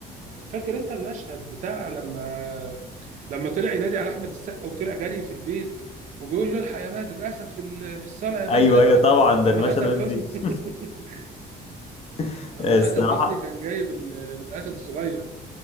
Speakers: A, on the right; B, on the left.
A: فاكر انت المشهد بتاع لما لما طلع ينادي على احمد السقا وطلع جري في البيت وبيقول له الحق يا بدر اسد في ال- في الصاله يا
B: ايوه
A: بدر الحق
B: ايوه طبعا
A: لما
B: ده المشهد
A: حسن
B: ما تنسيش
A: حسني <laughs>
B: <laughs>
A: اما
B: الصراحة
A: حسن حسني كان جايب ال- الاسد الصغير